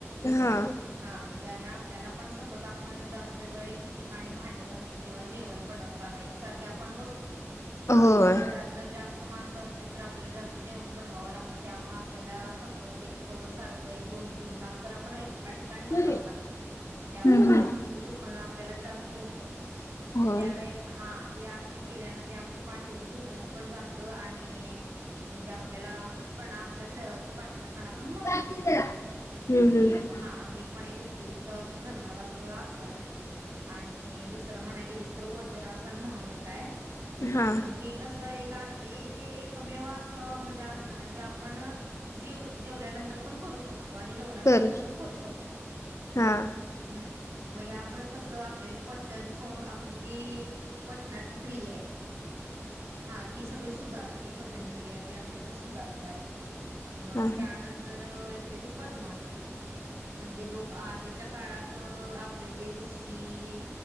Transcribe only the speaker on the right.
हम्म
हा म्हणजे आणि आप आपल्याला पण सतत आपण जास्त वेळ एक ठिकाणी भांडी घासणे किंवा जेवण बनवताना एक सारखे आपण बसतो
हा घरात हर जास्त स्त माणसं असलीत तर आपल्याला जास्त जेवण बनवावं लागतं त्यामुळं आपल्याला सतत एक सारखं एक दोन दोन तीन तास तर आपण एका ठिकाणी बसावं
लागतं. त्यामुळं
पाठीचं दुखणं आपल्याला जास्त होतं म
त्यावेळे हा. हे आसन केल्यानं ते आपलं पाठीचं दुखणं पण जात आणि म्हणजे आपल्याला कणा आपल्या <unintelligible> पाठीचा कणा पण मजबूत
होतो. म
हे प हा हे पण एक उपयुक्त असं ठरणार असं आसन हाय. आणि दुसरं म्हणाय गेलीस तर वज्रासन म्हणून आहे काय
मग हे कस एक हे एकमेव असं म्हणजे असं ना जे आपण जेव जेवल्यानंतर पण करू शकतो. आणि जेवणाच्या
आधी पण करू शकतो
हम्. मग ह्यामुळे कसं आपल्याला पचन स आपली जी पचनाची क्रिया आहे. हा ती सगळी सुधारते पचनक्रिया जी असते ती सुधारते आपली मग
त्यानंतर येते ते पद्मासन म्हणजे लोक आधीच्या काळात आपले जे ऋषी